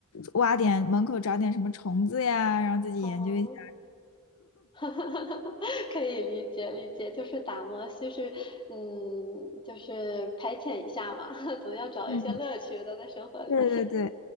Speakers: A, on the left; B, on the left.
A: 挖点门口找点什么虫子呀，然后自己研究一下。
B: 哦。<laughs> 可以理解理解，就是打磨，就是嗯，就是排遣一下嘛，<laughs> 总要找一些乐趣的在生活里。
A: 嗯，对对对，
B: <laughs>